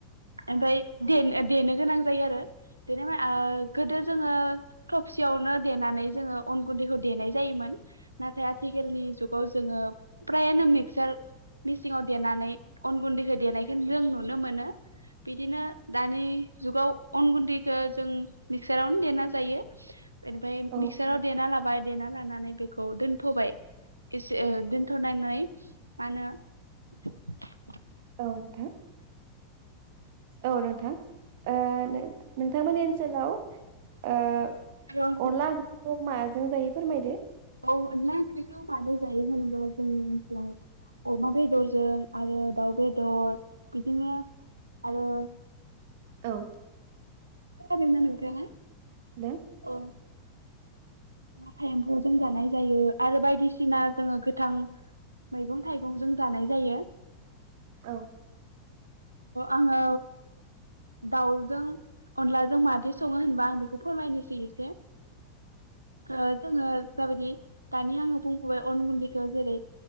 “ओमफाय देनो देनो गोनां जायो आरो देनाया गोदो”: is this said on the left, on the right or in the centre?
Right